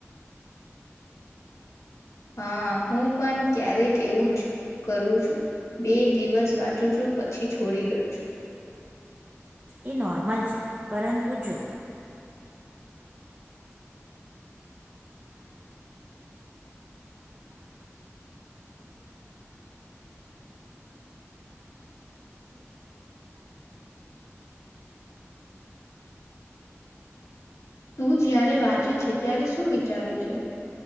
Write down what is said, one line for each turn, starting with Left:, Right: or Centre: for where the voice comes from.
Left: હા હું પણ ક્યારેક એવું જ કરું છું, બે દિવસ વાંચું છું પછી છોડી દઉં છું.
Right: એ નોર્મલ છે, પરંતુ જો
Left: તું જયારે વાંચે છે, ત્યારે શું વિચારે છે.